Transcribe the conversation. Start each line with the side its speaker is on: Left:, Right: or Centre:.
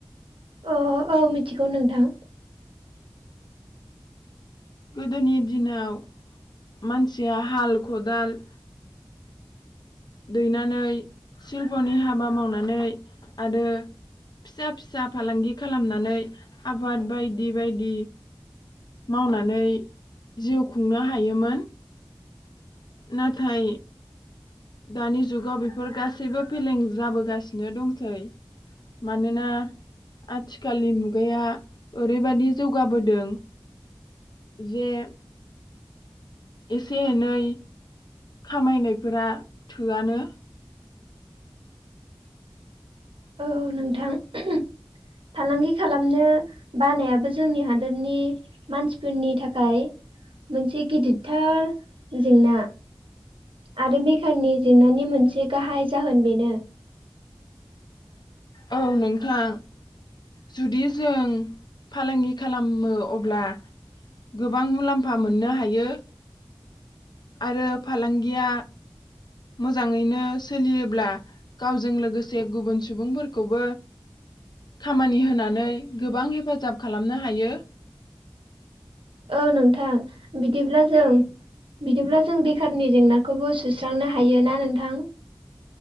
Right: ओ औ मिथिगौ नोंथां।
Left: गोदोनि दिनाव मानसिया हाल खदाल दैनानै सिलपनि हाबा मावनानै आरो फिसा फिसा फालांगि खालामनानै आबाद बायदि बायदि मावना नै जिउ खुंनो हायोमोन। नाथाय दानि जुगाव बेफोर गासैबो फेलें जाबोगासिनो दंसै मानोना आथिखालनि मुगाया ओरैबादि जौगाबोदों जे‌ एसे एनै खामायनायफोरा थोआनो।
Right: औ नोंथां फालांगि खालामनो बानायाबो जोंनि हादोरनि मानसिफोरनि थाखाय मोनसे गिदिरथार जेंना आरो मेकारनि जेंनानि मोनसे गाहाय जाहोन बेनो।
Left: औ नोंथां जुदि जों फालांगि खालामो अब्ला गोबां मुलाम्फा मोननो हायो आरो फालांगिया। मोजाङैनो सोलियोब्ला गावजों लोगोसे गुबुन सुबुंफोरखौबो खामानि होनानै गोबां हेफाजाब खालामनो हायो।
Right: औ नोंथां बिदि ब्लाजों बिदिब्ला जों बेखारनि जेंनाखौबो सुस्रांनो हायो ना नोंथां।